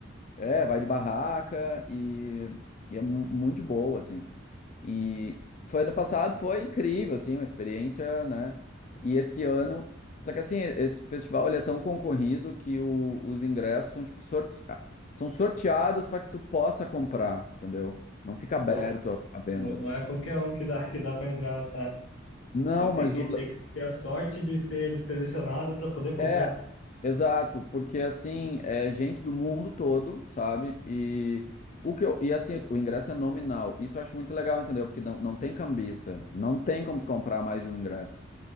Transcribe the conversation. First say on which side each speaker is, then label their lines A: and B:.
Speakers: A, on the left; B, on the left.
A: é, vai de barraca e, e é mu- muito de boa, assim. E foi ano passado, foi incrível, assim, uma experiência, né? E esse ano. Só que assim, esse festival ele é tão concorrido que o- os ingressos são tipo sorte... ah, são sorteados para que tu possa comprar, entendeu? Não fica aberto
B: Pô,
A: a à venda.
B: não, não é qualquer um que dá, que dá para entrar. É.
A: Não,
B: Tem, tem
A: mas
B: que,
A: o.
B: tem que ter a sorte de ser selecionado para poder comprar.
A: É, exato, porque assim, é gente do mundo todo, sabe? E o que eu. E assim, o ingresso é nominal. Isso eu acho muito legal, entendeu? Porque não, não tem cambista. Não tem como tu comprar mais de um ingresso.